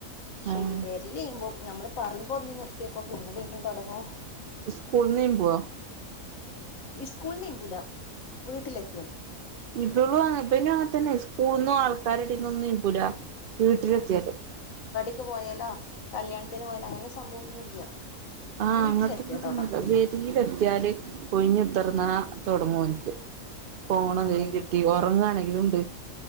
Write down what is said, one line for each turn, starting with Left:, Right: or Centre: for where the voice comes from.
Left: പക്ഷെ
Right: ആഹ്
Left: ഈ വെരലീമ്പും ഞമ്മള് പറയുമ്പോ ഒന്ന് നിർത്തിവെക്കും പിന്നെ പിന്നീം തൊടങ്ങും
Right: സ്കൂൾന്ന് ഈമ്പോ
Left: ഇസ്കൂളിന്ന് ഈമ്പൂല വീട്ടിലെത്തിയാല്
Right: ഇബളും അങ്ങനെ ഇബനും അങ്ങനെ തന്നെ സ്കൂൾ സ്കൂൾന്നും ആൾക്കാരെടീന്നൊന്നും ഈമ്പൂല വീട്ടിലെത്തിയാല്
Left: പുറത്തേക്കു പോയാലോ കല്യാണത്തിന് പോയാലോ അങ്ങനെ സംഭവൊന്നും ഇല്ല
Right: ആഹ്
Left: വീട്ടിലെത്തിയാ തൊടങ്ങും
Right: പെരീലെത്തിയാല് ഒഴിഞ്ഞുത്തിർ
Left: ആഹ്
Right: ന്നാ തുടങ്ങോന് ഫോൺ
Left: ആഹ് അതന്നെ
Right: കൈ കിട്ടി ഉറങ്ങാണെങ്കിലും ഇണ്ട്